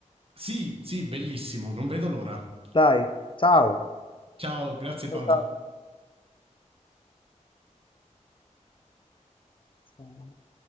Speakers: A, on the right; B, on the left.
A: Sì, sì, bellissimo, non vedo l'ora.
B: Dai, ciao.
A: Ciao, grazie
B: Ciao
A: Paolo.
B: ciao.